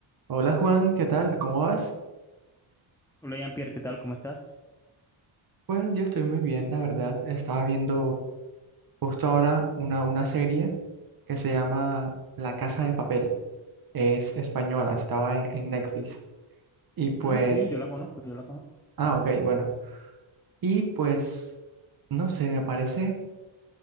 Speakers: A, on the right (about 45°); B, in the centre.
A: Hola Juan, ¿qué tal? ¿Cómo vas?
B: Hola Jean-Pierre, ¿qué tal? ¿Cómo estás?
A: Pues yo estoy muy bien, la verdad. Estaba viendo justo ahora una, una serie que se llama La Casa de Papel. Es española, estaba en, en Netflix. Y pues,
B: Mm, sí, yo la conozco, yo la conozco.
A: ah, ok, bueno. Y pues, no sé, me parece,